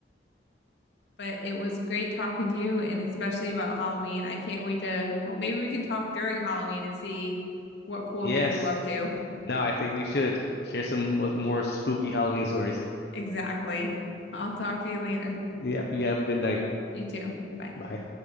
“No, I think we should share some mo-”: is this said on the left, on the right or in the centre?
Left